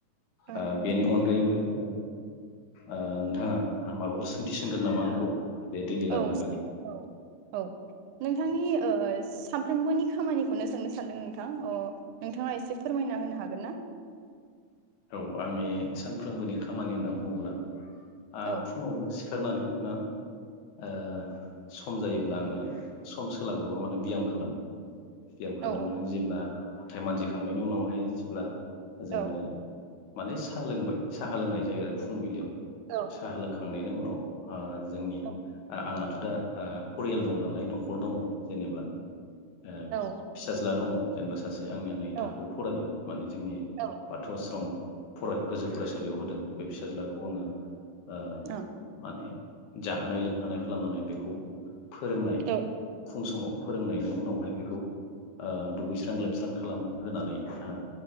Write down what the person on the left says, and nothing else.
ओ बेनि अनगायैबो ओ ओ नोंथाङा माबाफोर सोंथि सोंगोन नामा आंखौ बे दैलि
लाबनि
बागै?
औ आंनि सानफ्रोमबोनि खामानि होन्ना बुङोब्ला ओ
फुङावनो सि खारनानै ना ओ सम जायोब्ला आङो सम सोलाबोबा माने बियाम खालामो बियाम खालामनानै
जेब्ला हाथाय मानजिखांनायनि उनावहाय जेब्ला जोङो
माने सा लोंबाय साहा लोंनाय जायो आरो फुंबिलियाव
साहा लोंखां खांनायनि उनाव ओ जोंनि
आ आङो <unintelligible> दा आ फरियाल दङ नालाय न'खर दङ जेनेब्ला ओ
फिसाज्ला दङ जेनबा सासे आंनिया नै
थाखोआव फरायो माने जोंनि
बाथौ आश्रम फराय गोजौ फरायसालियाव होदों । बे फिसाज्लाखौ आंङो ओ
माने जाहोनाय लोंहोनाय खालामनानै बेखौ फोरोंनाय
फुं समाव फोरोंनायनि उनावहाय बिखौ ओ दुगैस्रां लोबस्रां खालाम होनानै ओ